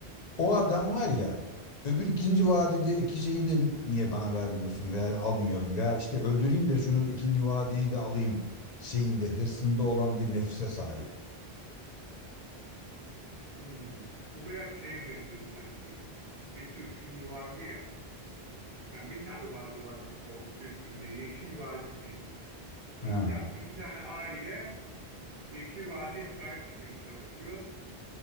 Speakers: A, on the left; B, on the right.
A: O adam var ya öbür ikinci vadideki şeyi de niye bana vermiyorsun veya almıyorum veya işte öldüreyim de şunu ikinci vadiyi de alayım şeyinde hırsında olan bir nefse sahip.
B: Hmm. Bu biraz şeye benziyor sanki. Bir Türk filmi vardı ya. Yani bir tane vadi vardı tabii o Türk filmde Yeşil Vadi diye. İki,
A: Ha,
B: ta iki tane aile Yeşil Vadi'ye sahip çıkmaya çalışıyor.